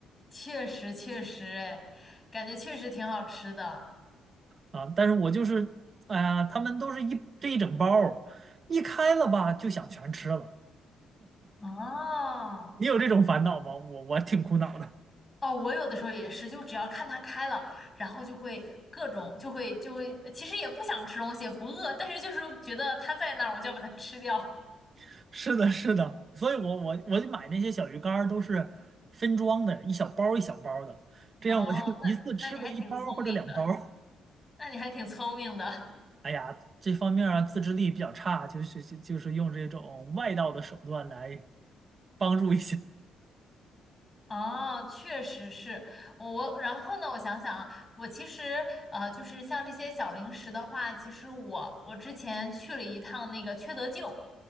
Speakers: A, on the left (about 20°); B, on the right (about 40°).
A: 确实确实，哎，感觉确实挺好吃的。
B: 啊，但是我就是，哎呀，他们都是一这一整包儿一开了吧就想全吃了。
A: 哦
B: 你有这种烦恼吗？我我挺苦恼的。
A: 哦，我有的时候也是，就只要看它开了，然后就会各种就会就会，其实也不想吃东西，也不饿，但是就是觉得它在那儿，我就要把它吃掉。
B: <laughs> 是的，是的，所以我我我就买那些小鱼干儿都是分装的，一小包儿一小包儿的，这样我就
A: 哦，
B: <laughs>
A: 那那你还挺聪明的，
B: 一次吃个一包儿或者两包儿。
A: 那你还挺聪明的。
B: 哎呀，这方面啊自制力比较差，就是就就是用这种外道的手段来帮助一下。
A: 哦，确实是我我，然后呢，我想想啊，我其实呃，就是像这些小零食的话，其实我我之前去了一趟那个缺德舅，